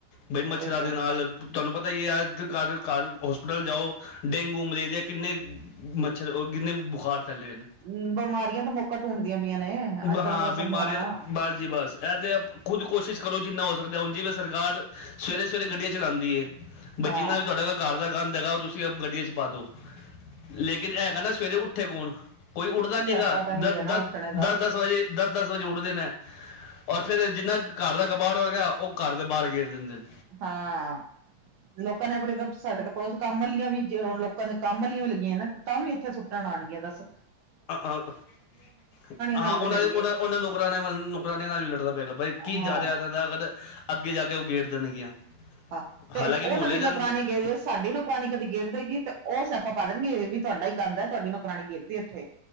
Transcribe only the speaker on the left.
ਬਈ
ਮੱਛਰਾਂ
ਦੇ ਨਾਲ ਤੁਹਾਨੂੰ ਪਤਾ ਹੀ ਹੈ ਅੱਜ ਘਰ-ਘਰ, ਹੋਸਪੀਟਲ ਜਾਓ ਡੇਂਗੂ, ਮਲੇਰੀਆ ਕਿੰਨੇ ਮੱਛਰ, ਉਹ ਕਿੰਨੇ ਬੁਖਾਰ ਫੈਲੇ ਹੋਏ ਨ।
ਹਾਂ
ਬਿਮਾਰੀਆਂ
ਤੇ, ਬਸ ਜੀ ਬਸ, ਇਹ ਤੇ ਖੁਦ ਕੋਸ਼ਿਸ਼ ਕਰੋ ਜਿੰਨਾ ਹੋ ਸਕਦਾ ਹੁਣ ਜਿਵੇਂ ਸਰਕਾਰ ਸਵੇਰੇ-ਸਵੇਰੇ ਗੱਡੀਆਂ ਚਲਾਦੀ ਏ। ਬਸ
ਜਿੰਨਾ ਕੀ ਤੁਹਾਡਾ <unintelligible> ਘਰ ਦਾ ਗੰਦ ਹੈਗਾ ਉਹ ਤੁਸੀਂ ਗੱਡੀ ਚ ਪਾਦੋ ਲੇਕਿਨ ਇਹ ਹੈਗਾ ਨਾ ਸਵੇਰੇ ਉੱਠ ਉੱਠੇ ਕੌਣ ਕੋਈ ਉੱਠਦਾ ਨੀਗਾ,
ਦ
ਦਸ-ਦਸ ਵਜੇ ਦਸ-ਦਸ ਵਜੇ ਉੱਠਦੇ ਨੇ। ਔਰ ਫੇਰ ਜਿਨਾ ਘਰ ਦਾ ਕਬਾੜ ਹੋਏਗਾ, ਉਹ ਘਰ ਦੇ ਬਾਹਰ ਗੇਰ ਦਿੰਦੇ ਨੇ।
ਹਾਂ
ਉਹਨਾਂ
ਦੇ ਉਹਨਾਂ-ਉਹਨਾਂ ਨੌਕਰਾਨੇ ਵ ਨੌਕਰਾਨਣੇ ਨਾਲ ਵੀ ਲੜਣਾ ਪਏਗਾ ਬਾਈ ਕੀ
ਜਾ ਰਿਹਾ ਇਹਨਾਂ ਦਾ ਅਗਰ ਅੱਗੇ ਜਾ ਕੇ ਉਹ ਗੇਰ ਦੇਣਗੀਆਂ।
ਹਾਲਾਂਕਿ
ਮੁਹੱਲੇ ਦੇ
ਅੰਦਰ